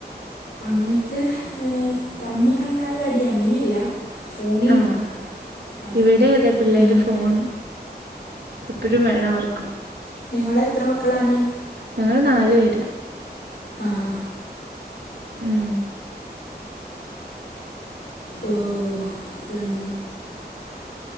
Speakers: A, on the left; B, on the right.
A: അങ്ങനത്തെ ഏ തമ്മി കണ്ടാലുള്ള അടി അങ്ങനെയല്ല. ഫോണിന്
B: ആഹ്
A: അതാണ്
B: ഇവിടെ അതെ പിള്ളേര്
A: മെയിനായിട്ട്
B: ഫോൺ എപ്പോഴും വേണം അവർക്ക്
A: നിങ്ങള എത്ര മക്കളാണ്.
B: ഞങ്ങള് നാലു പേര്.
A: ആഹ്
B: ഉം
A: ഓ ഉം